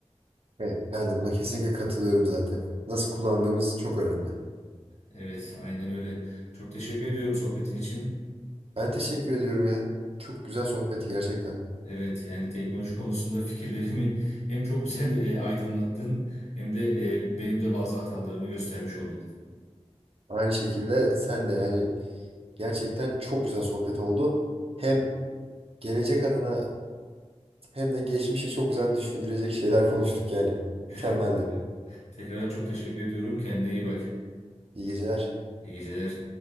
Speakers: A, on the right; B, on the left.
A: Evet. Ben de buna kesinlikle katılıyorum zaten. Nasıl kullandığımız çok önemli.
B: Evet, aynen öyle. Çok teşekkür ediyorum sohbetin için.
A: Ben teşekkür ediyorum ya. Çok güzel sohbetti gerçekten.
B: Evet, yani teknoloji konusunda fikirlerimi <laughs> hem çok güzel e, aydınlattın hem de e, benim de bazı hatalarımı göstermiş oldun.
A: Aynı şekilde sen de yani gerçekten çok güzel sohbet oldu. Hem Gelecek adına hem de geçmişi çok güzel düşündürecek şeyler konuştuk yani.
B: <laughs>
A: Mükemmeldi.
B: Evet. Tekrardan çok teşekkür ediyorum. Kendine iyi bak.
A: İyi geceler.
B: İyi geceler.